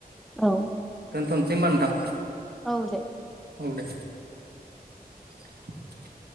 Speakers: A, in the centre; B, on the right.
A: औ
B: दोनथ'नोसै होमबा नोंथां।
A: औ दे
B: औ दे <inaudible>